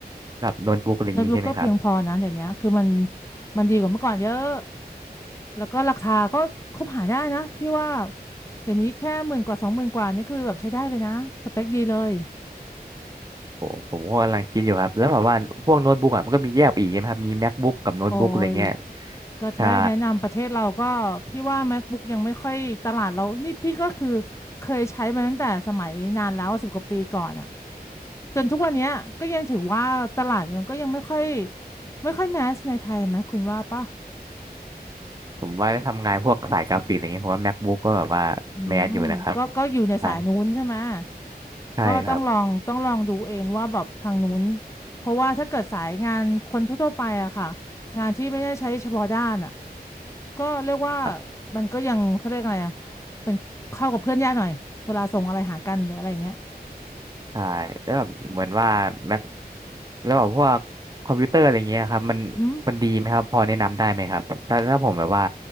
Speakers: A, on the right (about 25°); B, on the left (about 15°).
A: แบบโน้ตบุ๊กอะไรอย่างนี้ใช่ไหมครับ
B: โน้ตบุ๊กก็เพียงพอนะเดี๋ยวนี้คือมันมันดีกว่าเมื่อก่อนเยอะแล้วก็ราคาก็คบหาได้นะพี่ว่าเดี๋ยวนี้แค่หมื่นกว่าสองหมื่นกว่านี่คือแบบใช้ได้เลยนะสเปคดีเลย
A: ผมผมก็กำลังคิดอยู่ครับแล้วแบบว่าพวกโน้ตบุ๊กอ่ะมันก็มีแยกไปอีกใช่ไหมครับมี MacBook กับโน้ตบุ๊กอะไรเงี้ย
B: โอ้ยก็ถ้าแนะนำประเทศเราก็พี่ว่า
A: ใช่
B: MacBook ยังไม่ค่อยตลาดเรานี่พี่ก็คือเคยใช้มาตั้งแต่สมัยนานแล้วสิบกว่าปีก่อนอ่ะ จนทุกวันเนี้ยก็ยังถือว่าตลาดมันก็ยังไม่ค่อยไม่ค่อยแมสในไทยไหมคุณว่าป่ะ
A: ผมว่าทำงานพวกสายกราฟิกอะไรเงี้ยผมว่า MacBook ก็แบบว่าแมสอยู่นะครับ
B: อืมก็ก็อยู่ในสายนู้นใช่ไหม
A: ใช่ใช่ครับ
B: ก็ต้องลองต้องลองดูเองว่าแบบทางนู้นเพราะว่าถ้าเกิดสายงานคนทั่วๆไปอะค่ะงานที่ไม่ได้ใช้เฉพาะด้านอะก็เรียกว่า
A: ครับ
B: มันก็ยังเขาเรียกอะไรอะเป็นเข้ากับเพื่อนยากหน่อยเวลาส่งอะไรหากันหรืออะไรอย่างเงี้ย
A: ใช่แล้วแบบเหมือนว่า Mac แล้วแบบพวกคอมพิวเตอร์อะไรเงี้ยครับมัน
B: อืม
A: มันดีไหมครับพอแนะนำได้ไหมครับถ้าถ้าผมแบบว่า